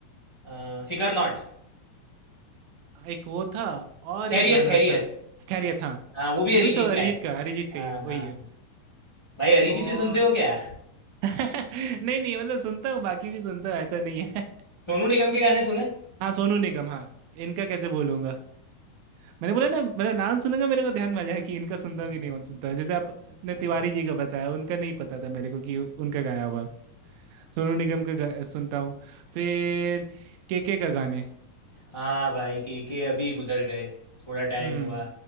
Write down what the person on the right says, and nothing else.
एक वो था और
एक गाना
था खैर ये था
ये
भी तो अरिजीत
का अरिजीत
का ये वही
है
और
<laughs> नहीं नहीं मतलब सुनता हूँ बाकी भी सुनता हूँ ऐसा नहीं है
हाँ सोनू निगम हाँ इनका कैसे बोलूंगा मैंने बोला ना मतलब नाम सुनूंगा मेरे को ध्यान में आ जाएगा कि इनका सुनता
हूँ कि नहीं सुनता हूँ जैसे आप अपने
तिवारी जी का बताया उनका नहीं पता था मेरे को कि उनका गाया हुआ है। सोनू निगम के गा- सुनता हूँ फिर केके का गाने
हम्म